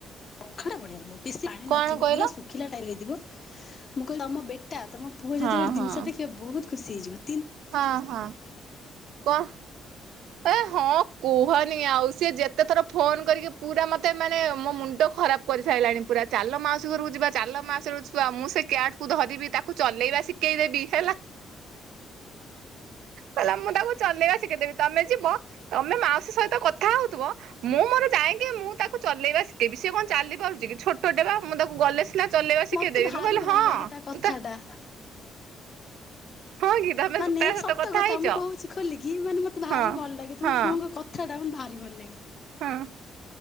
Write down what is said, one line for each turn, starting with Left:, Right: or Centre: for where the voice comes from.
Left: <unintelligible> ବଢିଆ ଥିବ ବେଶୀ ପାଣି
Right: କଣ
Left: ନଥିବ
Right: କହିଲ?
Left: ପୁରା ଶୁଖିଲା ଟାଇପର ହେଇଥିବ ମୁଁ କହିଲି ତମ ବେଟା ତମ ପୁଅ
Right: ହଁ
Left: ଯଦି ଗୋଟେ
Right: ହଁ।
Left: ଜିନିଷ ଦେଖିବ ବହୁତ ଖୁସି ହେଇଯିବେ।
Right: ହଁ ହଁ କଁ ଏ ହଁ କୁହନି ଆଉ ସିଏ ଯେତେ ଥର ଫୋନ କରିକି ପୁରା ମତେ ମାନେ ମୋ ମୁନ୍ ଣ୍ଡ ଖରାପ କରିସାଇଲାଣି ପୁରା ଚାଲ ମାଉସୀ ଘରକୁ ଯିବା ଚାଲ ମାଉସୀ ଘରକୁ ଯିବା ମୁଁ ସେ କ୍ୟାଟକୁ ଧରିବି ତା ତାକୁ ଚଲେଇବା ଶିକେଇ ଦେବି ହେଲା। କହିଲା ମୁଁ ତାକୁ ଚଲେଇବା ଶିଖେଇଦେବି ତମେ ଯିବ ତମେ ମାଉସୀ ସହିତ କଥା ହୋଉଥୁବ ମୁଁ ମୋର ଯାଇଁକି ମୁଁ ତାକୁ ଚଲେଇବା ଶିକେଇବି ସିଏ କଣ ଚାଲି ପାରୁଚି କି ଛୋଟଟେ ପା। ମୁଁ ତାକୁ ଗଲେ ସିନା ଚଲେଇବା ଶିକେଇଦେବି
Left: ମତେ ଭାରି
Right: ମୁଁ କହିଲି
Left: ଭଲ
Right: ହଁ
Left: ଲାଗେ ତା କଥା
Right: ତୁ ତ
Left: ଟା
Right: ହଁ କି ତମେ
Left: ମାନେ
Right: ତା ସହିତ
Left: ସତ କଥା
Right: ହେଇଛ
Left: ମୁଁ କୋହୁଚି ଖୋଲିକି ମାନେ ମତେ ଭାରି
Right: ହଁ
Left: ଭଲ ଲାଗେ ତମ
Right: ହଁ
Left: ପୁଅଙ୍କ କଥ୍ ଥାଟା ମତେ ଭାରି ଭଲ ଲାଗେ।
Right: ହଁ